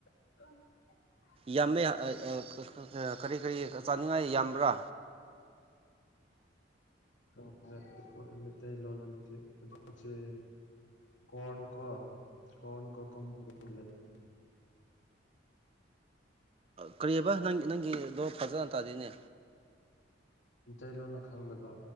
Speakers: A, on the left; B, on the right.
A: <inaudible>
B: ꯌꯥꯝꯃꯦ ꯑꯥ ꯑꯥ ꯀꯔꯤ ꯀꯔꯤ ꯆꯥꯅꯤꯡꯉꯥꯏ ꯌꯥꯝꯕ꯭ꯔꯥ
A: <inaudible> ꯃꯩꯇꯩꯂꯣꯟ ꯑꯗꯨꯗꯤ <unintelligible> ꯀꯣꯟ ꯀꯣ ꯀꯣꯟ ꯀꯣ ꯀ <unintelligible> <inaudible>
B: ꯀꯔꯤꯑꯕ ꯅꯪ ꯅꯪꯒꯤꯗꯣ ꯐꯖꯅ ꯇꯥꯗꯦꯅꯦ
A: ꯃꯇꯩꯂꯣꯟꯅ ꯈꯪꯕꯗ